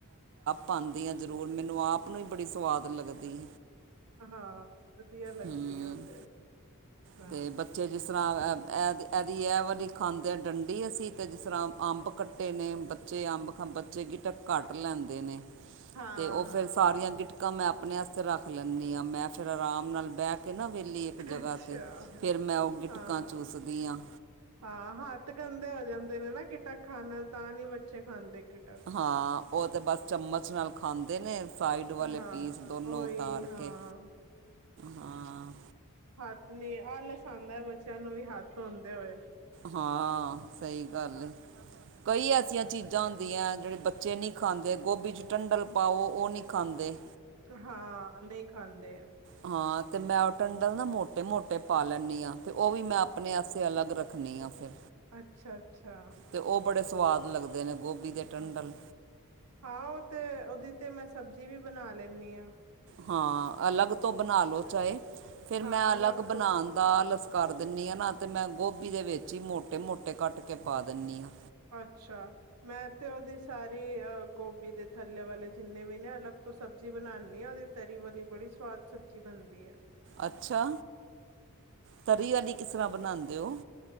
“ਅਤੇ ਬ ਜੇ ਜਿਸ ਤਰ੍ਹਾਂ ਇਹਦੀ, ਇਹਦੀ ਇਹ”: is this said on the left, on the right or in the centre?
Right